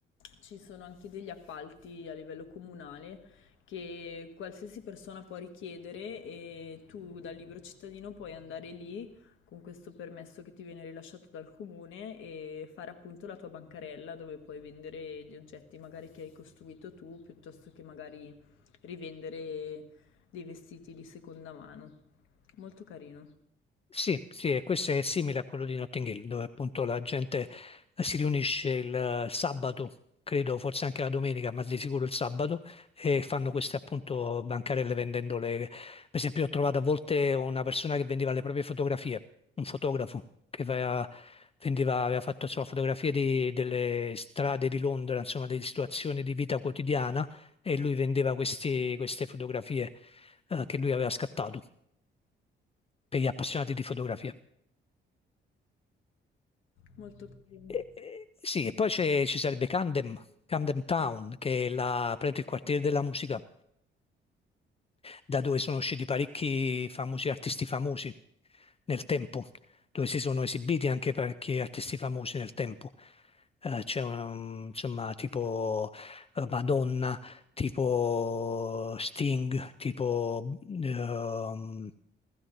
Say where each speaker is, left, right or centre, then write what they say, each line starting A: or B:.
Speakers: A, on the left; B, on the left.
A: ci sono anche degli appalti a livello comunale che qualsiasi persona può richiedere e tu da libero cittadino puoi andare lì con questo permesso che ti viene rilasciato dal comune e fare appunto la tua bancarella dove puoi vendere gli oggetti magari che hai costruito tu piuttosto che magari rivendere dei vestiti di seconda mano. Molto carino,
B: Sì, sì, e questo è simile a quello di Notting Hill, dove appunto la gente eh, si riunisce il eh, sabato, credo forse anche la domenica, ma di sicuro il sabato, e fanno queste appunto bancarelle vendendole. Per esempio, ho trovato a volte una persona che vendeva le proprie fotografie, un fotografo che aveva, vendeva, aveva fatto insomma, fotografie di- delle strade di Londra, insomma, delle situazioni di vita quotidiana e lui vendeva questi- queste fotografie eh, che lui aveva scattato per gli appassionati di fotografia.
A: molto carino.
B: E- e- sì, e poi c'è- ci sarebbe Camden, Camden Town, che è la, praticamente il quartiere della musica. da dove sono usciti parecchi famosi artisti famosi nel tempo, dove si sono esibiti anche parecchi artisti famosi nel tempo. Eh, c'è un- insomma tipo eh, Madonna, tipo Sting, tipo ehm,